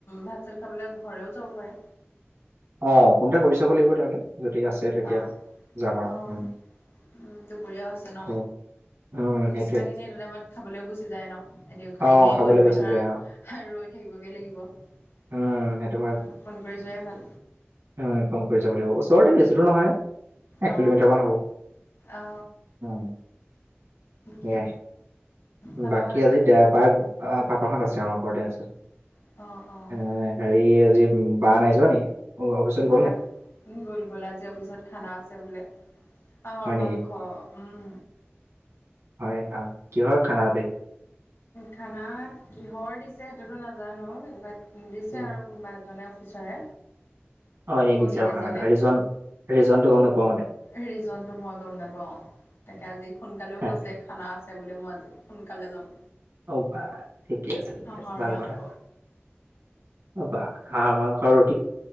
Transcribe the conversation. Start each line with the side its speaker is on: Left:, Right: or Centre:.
Left: ভাত চাত খাবলে ঘৰেও যাব পাৰে
Right: অ ফোনতে কৰি চাব লাগিব তেওঁলে যদি আছে। তেতিয়া
Left: অ
Right: যাম আৰু
Left: অ
Right: উম,
Left: উম দুপৰীয়া হৈছে ন।
Right: উম, উম,
Left: বেছিভাগে
Right: সেইটোৱে।
Left: এনেই এইটো টাইমত খাবলৈও গুচি যায় ন এতিয়া
Right: অ',
Left: এনেই
Right: খাবলৈ
Left: গৈ তুমি
Right: গৈছিল
Left: ধৰা।
Right: যে অ',
Left: ৰৈ থাকিবগৈ লাগিব অ
Right: উম, সেইটো
Left: ফোন কৰি যোৱাই ভাল।
Right: অ ফোন কৰি যাব লাগিব ওৰতে বেছি দূৰ নহয়। এক
Left: অ
Right: কিলোমিটাৰ মান হব
Left: অ
Right: উম।
Left: কি
Right: সেয়াই
Left: পাপাহঁত
Right: বাকী
Left: আছে
Right: আজি দেবাৰ বাপাহত আছে অ ঘৰতে আছে।
Left: অ <unintelligible>
Right: অ হেৰি
Left: কি
Right: আজি বা নাই যোৱা নেকি অফিচলে
Left: বা
Right: গ'ল নাই?
Left: গ'ল গ'ল আজিৰ অফিচত খানা আছে বোলে হাঁহৰ
Right: হয় নেকি
Left: মাংস উম
Right: হয় আহ কিহৰ খানা আজি
Left: খানা কিহৰ দিছে সেইটোতো নাজানো বাট দিছে
Right: উম,
Left: আৰু কোনোবা এজনে অফিচাৰে
Right: অ এনেই
Left: কলিগ
Right: দিছে আৰু খান
Left: এজনে
Right: এটা ৰিজন ৰিজনতটো গম নোপোৱা মানে
Left: ৰিজন টো মই গম নেপাওঁ। তাকে আজি সোনকালেও
Right: হে,
Left: গৈছে খানা আছে বুলি মই আজি সোনকালে যাম
Right: অ বা ঠিকে আছে ঠিকে
Left: হাঁহৰ
Right: আছে ভাল
Left: মাংস
Right: কথা অ বা হাঁহ মাংসৰ